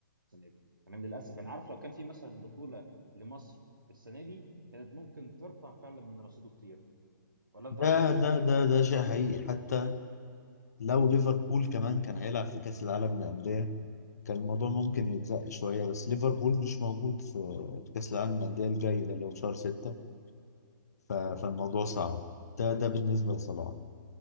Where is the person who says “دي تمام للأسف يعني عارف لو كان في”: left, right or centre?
Right